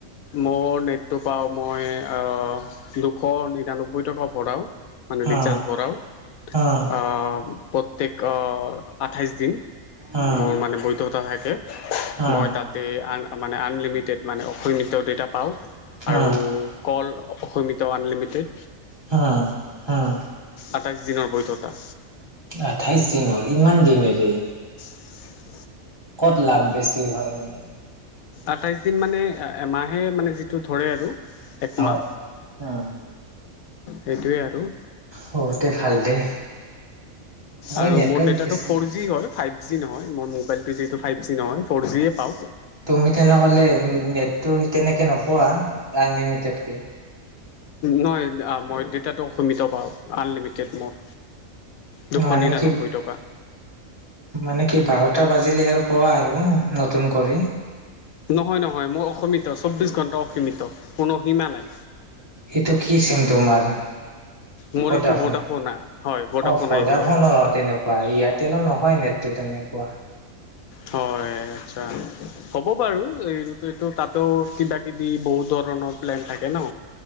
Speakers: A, on the left; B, on the right.
A: মোৰ নেটটো পাওঁ মই অ দুশ নিৰান্নব্বৈ টকা ভৰাওঁ মানে ৰিচাৰ্জ
B: উম
A: ভৰাওঁ
B: উম
A: অ প্ৰত্যেক অ আঠাইছ দিন
B: উম
A: মোৰ মানে বৈধতা হয়
B: উম
A: মই তাতে আ মানে আনলিমিটেড মানে অসৈম দেটা পাওঁ আৰু
B: উম
A: কল অসমিত আনলিমিটেড
B: হোম হোম
A: আঠাইশ দিনৰ বৈধতা
B: আঠাইশ দিনৰ ইমান দিন এৰে
A: উমচ
B: ক'ত লাভ বেছি হয় মানে
A: আঠাইশ দিন মানে এ এমাহে মানে যিটো ধৰে আৰু একমাহ
B: হয় হয়
A: সেইটোৱে আৰু
B: বহুতে ভাল দেই মই
A: আৰু
B: নেটত
A: মোৰ ডেটাটো
B: বেছি
A: ফ'ৰ জি হয় ফাইভ জি নহয় মোৰ মবাইলটো যিহেতু ফাইভ জি নহয় ফ'ৰ জিয়ে পাওঁ
B: তুমি তেনেহ'লে নে টো তেনেকে নোপোৱা আনলিমিটেডকে
A: নহয় মই ডেটাটো সীমিত পাওঁ আনলিমিটেড মোৰ দুশ
B: মানে
A: নিৰান্নব্বৈ
B: কি
A: টকা
B: মানে কি বাৰটা বাজিলে আৰু পোৱা আৰু নতুন কৰি
A: নহয় নহয় মই অসীমিত চৌবিশ ঘণ্টা অসীমিত কোনো সীমা নাই
B: এইটো কি চিম তোমাৰ
A: মোৰ
B: ভদাফোন
A: এইটো ভোডাফোনা হয় ভোডাফোন
B: অ ভদাফোনৰ
A: আইডিয়া
B: অ তেনেকোৱা এয়াৰটেলৰ নহয় নেটটো তেনেকোৱা কোৱা
A: হয় হ'ব বাৰু এই এইটো তাতো কিবা বি বহু ধৰণৰ প্লেন থাকে ন